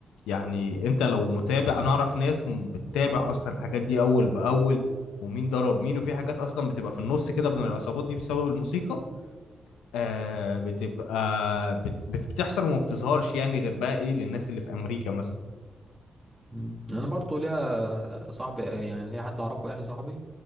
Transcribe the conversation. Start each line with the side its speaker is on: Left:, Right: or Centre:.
Left: يعني انت لو متابع انا اعرف ناس م- بتتابع اصلا الحاجات دي اول باول ومين ضرب مين وفي حاجات اصلا بتبقى في النص كده بين العصابات دي بسبب الموسيقى آه بتبقى بت بت- بتحصل وما بتظهرش يعني غير بقى ايه للناس اللي في امريكا مثلا
Right: مم. انا برضو ليا صاحبي يعني ليا حد اعرفه يعني صاحبي